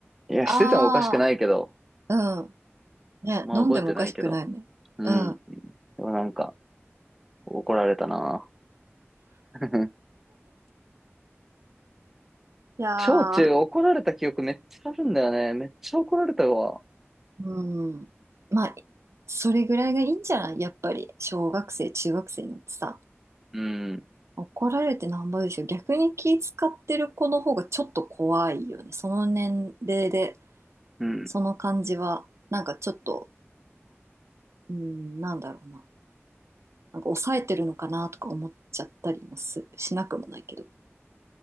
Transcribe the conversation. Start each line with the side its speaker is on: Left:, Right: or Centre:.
Centre: いや、
Right: あ
Centre: しててもおかしくないけど、
Right: あー、うん。ね、
Centre: まあ覚えてないけど。
Right: 飲んでもおかしくないね。
Centre: うん。
Right: うん。
Centre: でもなんか、怒られたな。<laughs>
Right: いやー、
Centre: 小中怒られた記憶めっちゃあるんだよね。めっちゃ怒られたわ。
Right: うん。まあ、それぐらいがいいんじゃないやっぱり、小学生、中学生になってさ、
Centre: うん。
Right: 怒られてなんぼでしょ。逆に気使ってる子の方がちょっと怖いよね。その年齢で、
Centre: うん。
Right: その感じは、なんかちょっと、うん、なんだろうな。なんか抑えてるのかなとか思っちゃったりもす、しなくもないけど。